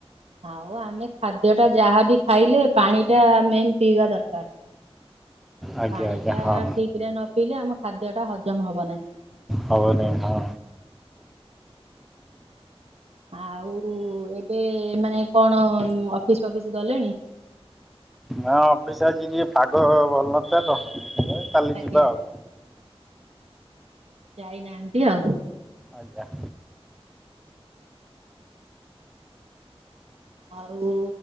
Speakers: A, on the right; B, in the centre.
A: ଆଉ ଆମେ ଖାଦ୍ୟ ଟା ଯାହାବି ଖାଇଲେ ପାଣି ଟା ମେନ୍ ପିଇବା ଦର୍କାର୍।
B: ଆଜ୍ଞା
A: ପାଣି
B: ଆଜ୍ଞା
A: ଟା
B: ହଁ
A: ଠିକ୍ରେ ନ ପିଇଲେ ଆମ ଖାଦ୍ୟ ଟା ହଜମ ହବ ନାହିଁ।
B: ହବନେଇ ହଁ।
A: ଆଉ ଏବେ ମାନେ କଣ ଅଫିସ ଫଫିସ୍ ଗଲେଣି।
B: ହଁ ଅଫିସ୍ ଆଜି ଟିକେ ପାଗ ଭଲ ନଥିଲା ତ। କାଲି
A: ଆଜ୍ଞା
B: ଯିବା ଆଉ
A: ଯାଇନାହାନ୍ତି ଆଉ।
B: ଆଜ୍ଞା।
A: ଆଉ